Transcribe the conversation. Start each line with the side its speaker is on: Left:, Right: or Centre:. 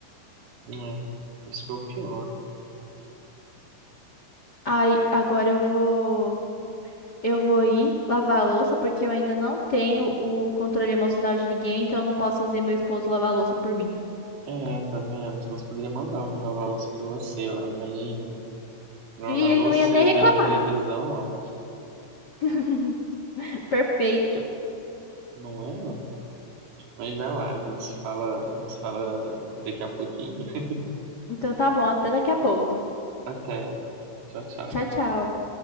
Right: é. Isso que é o pior.
Left: Aí, agora eu vou. Eu vou ir lavar a louça, porque eu ainda não tenho o controle emocional de ninguém, então eu não posso fazer meu esposo lavar a louça por mim.
Right: É, tá vendo? Senão você poderia mandar alguém lavar a louça pra você, ó. Imagina. Lavar
Left: E
Right: a
Left: ele
Right: louça
Left: não ia
Right: você
Left: nem reclamar.
Right: vendo televisão, ó.
Left: <laughs> Perfeito.
Right: Não é, ó. Mas vai lá, a gente se fala, a gente se fala daqui a pouquinho. <laughs>
Left: Então tá bom, até daqui a pouco.
Right: Até. Tchau, tchau.
Left: Tchau, tchau.